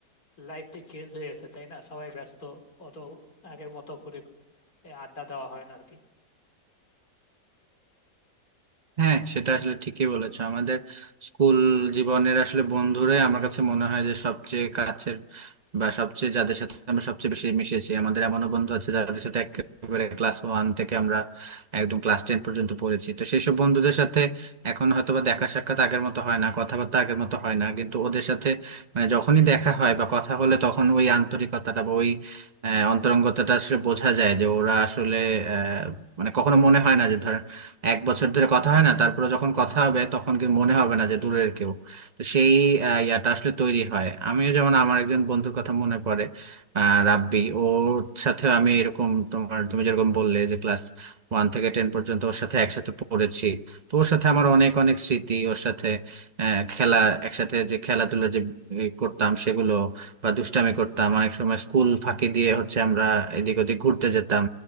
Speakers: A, on the left (about 50°); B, on the right (about 40°).
A: লাইফটা চেঞ্জ হয়ে গেছে তাই না সবাই ব্যস্ত অত আগের মতো করে এ, আড্ডা দেওয়া হয় না আর কি
B: হ্যাঁ সেটা আসলে ঠিকই বলেছো আমাদের স্কুল জীবনের আসলে বন্ধুরাই আমার কাছে মনে হয় যে সবচেয়ে কাছের বা সবচেয়ে যাদের সাথে আমরা সবচেয়ে বেশি মিশেছি আমাদের এমনও বন্ধু আছে যাদের সাথে একেবারে ক্লাস ওয়ান থেকে আমরা একদম ক্লাস টেন পর্যন্ত পড়েছি তো সেই সব বন্ধুদের সাথে এখন হয়তোবা দেখা সাক্ষাৎ আগের মতো হয় না কথাবার্তা আগের মতো হয় না কিন্তু ওদের সাথে মানে যখনই দেখা হয় বা কথা হলে তখন ওই আন্তরিকতাটা বা ওই আহ, অন্তরঙ্গতাটা আসলে বোঝা যায় যে ওরা আসলে আহ, মানে কখনো মনে হয় না যে ধরেন এক বছর ধরে কথা হয় না তারপরে যখন কথা হবে তখন কি মনে হবে না যে দূরের কেউ তো সেই আহ, ইয়াটা আসলে তৈরি হয় আমিও যেমন আমার একজন বন্ধুর কথা মনে পড়ে আহ রাব্বি ওর সাথে আমি এরকম তোমার তুমি যেরকম বললে যে ক্লাস ওয়ান থেকে টেন পর্যন্ত ওর সাথে একসাথে পড়েছি তো ওর সাথে আমার অনেক অনেক স্মৃতি ওর সাথে আহ, খেলা একসাথে যে খেলাধুলা যে এ, করতাম সেগুলো বা দুষ্টামি করতাম অনেক সময় স্কুল ফাঁকি দিয়ে হচ্ছে আমরা এদিক ওদিক ঘুরতে যেতাম